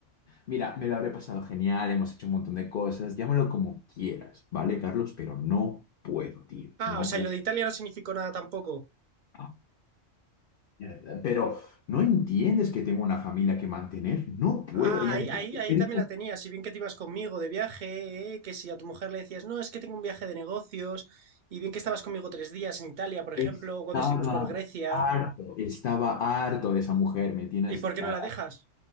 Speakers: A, on the left (about 60°); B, on the right (about 50°).
A: Mira, me lo habré pasado genial, hemos hecho un montón de cosas, llámalo como quieras, ¿vale, Carlos? Pero no puedo, tío,
B: Ah,
A: no
B: o sea,
A: puedo.
B: y lo de Italia no significó nada tampoco.
A: Ah, mierda. Pero no entiendes que tengo una familia que mantener, no puedo.
B: Ah,
A: Y
B: ahí,
A: además
B: ahí, ahí
A: te digo,
B: también la tenía. Si bien que te ibas conmigo de viaje, eh, que si a tu mujer le decías, no, es que tengo un viaje de negocios, y bien que estabas conmigo tres días en Italia, por ejemplo,
A: estaba
B: o cuando estuvimos por Grecia,
A: harto, estaba harto de esa mujer, me tiene
B: ¿y
A: hasta...
B: por qué no
A: la-
B: la dejas?